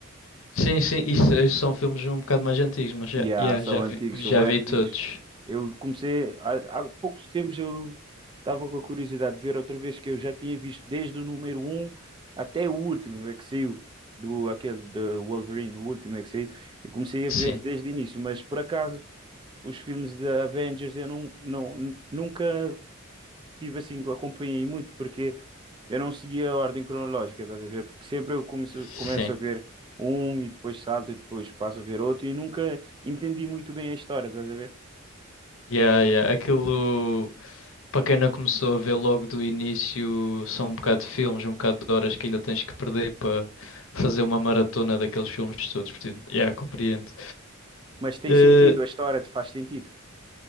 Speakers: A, on the left; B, on the right.
A: Sim, sim, isso, isso são filmes um bocado mais antigos, mas já,
B: Yeah,
A: yeah,
B: são
A: já
B: antigos,
A: vi, já
B: são bem
A: vi
B: antigos.
A: todos.
B: Eu comecei, há, há poucos tempos eu estava com a curiosidade de ver outra vez que eu já tinha visto desde o número um até o último é que saiu, do, aquele do Wolverine, o último é que saiu. Eu comecei a
A: Sim,
B: ver desde o início, mas por acaso os filmes da Avengers eu não, não, nunca tive assim, que acompanhei muito, porque eu não seguia a ordem cronológica, estás a ver? Porque sempre eu começo,
A: sim.
B: começo a ver um e depois salto e depois passo a ver outro e nunca entendi muito bem a história, estás a ver?
A: Yeah, yeah. Aquilo, para quem não começou a ver logo do início, são um bocado de filmes, um bocado de horas que ainda tens que perder fazer uma maratona daqueles filmes todos, portanto, yeah, compreendo.
B: Mas tem
A: Eh,
B: sentido, a história faz sentido.